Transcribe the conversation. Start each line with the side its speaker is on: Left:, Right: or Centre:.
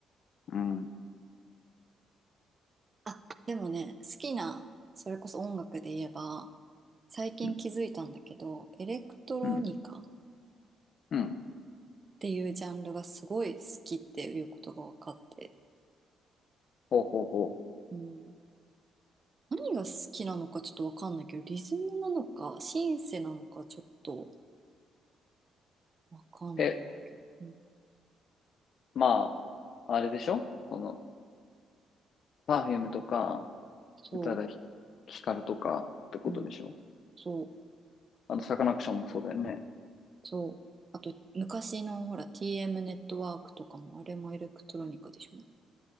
Left: うん。
Right: あ、でもね、好きな、それこそ音楽で言えば、最近気づいたんだけど、
Left: うん。
Right: エレクトロニカっ
Left: うん。うん
Right: ていうジャンルがすごい好きっていうことが分かって、
Left: ほうほうほ
Right: うん。何が好きなのかちょっと分かんないけど、リズムなのか、シンセなのかちょっと分かんないんだけど、
Left: う。え、
Right: うん。
Left: まあ、あれでしょその、パフュームとか、
Right: そ
Left: 宇多田ヒカルとかってことでしょ
Right: う、うん、そう、
Left: あの、サカナクションもそうだよね。
Right: そう。あと、昔のほら、TM ネットワークとかも、あれもエレクトロニカでしょ